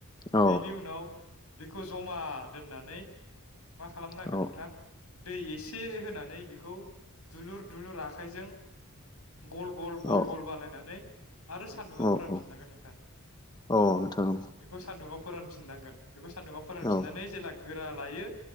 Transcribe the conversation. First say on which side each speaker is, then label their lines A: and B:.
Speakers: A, on the left; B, on the left.
A: औ
B: बेनि उनाव बेखौ जमा दोननानै मा खालामनांगोन
A: औ
B: नोंथां दै एसे होनानै खौ दुलुर। दुलुर आखाइजों। गल गल गल
A: औ
B: गल बानायनानै। आरो सान्दुङाव
A: औ
B: फोरानफिननांगोन नोंथां
A: औ नोंथां
B: बेखौ सान्दुङाव। फोरानफिननांगोन। बेखौ सान्दुंआव फोरानफिननानै
A: औ
B: जेला। गोरा लायो।